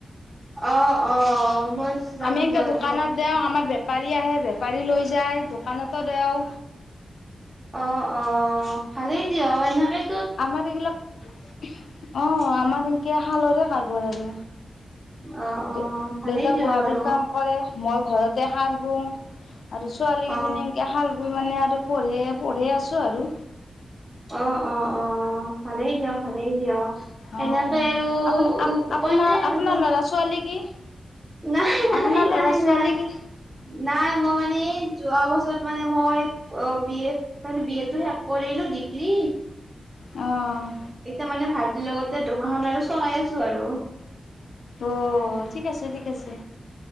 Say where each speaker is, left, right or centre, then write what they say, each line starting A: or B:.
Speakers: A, on the right (about 15°); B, on the left (about 75°).
A: অ', অ', মই যাম
B: আমি এনকে
A: দিয়
B: দোকানত
A: এইটো সপ্তাহত
B: দেওঁ আমাৰ বেপাৰী আহে, বেপাৰী লৈ যায় দোকানতো দেও।
A: অ', অ', ভালেই দিয় এনেকৈ
B: আমাৰ এইবিলাক অ, আমাৰ
A: অ
B: এনেকে শালৰে পায় বজাৰো।
A: অ অ
B: দে,
A: ভালেই
B: দেউতা
A: দিয়ক
B: গুৱাহাটীত
A: আৰু।
B: কাম কৰে। মই ঘৰতে হাল বওঁ আৰু ছোৱালীকেইজনী
A: অ
B: এনেকে হাল বই মানে আৰু। পঢ়ে, পঢ়ি আছো আৰু।
A: অ', অ', অ', ভালেই দিয়ক, ভালেই দিয়ক।
B: অ,
A: এনেকে আৰু
B: আপোন,
A: উপায়
B: আপোনাৰ,
A: নাই
B: আপোনাৰ
A: আৰু
B: লৰা-ছোৱালী কি
A: নাই, নাই,
B: আপোনাৰ ল'ৰা
A: নাই,
B: ছোৱালী
A: নাই,
B: কি
A: নাই মই মানে যোৱা বছৰত মানে মই অ, বি এ মানে বি এ টো শেষ কৰিলো ডিগ্ৰী।
B: অ'।
A: এতিয়া মানে ভাইটিৰ লগতে দোকান খন আৰু চলাই আছো আৰু।
B: অ, ঠিক আছে, ঠিক আছে।